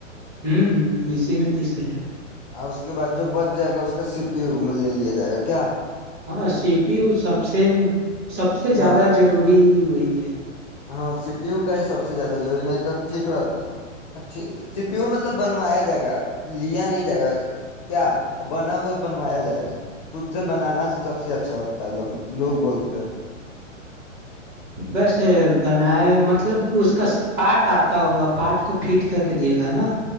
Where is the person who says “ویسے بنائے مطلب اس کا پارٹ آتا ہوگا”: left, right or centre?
Right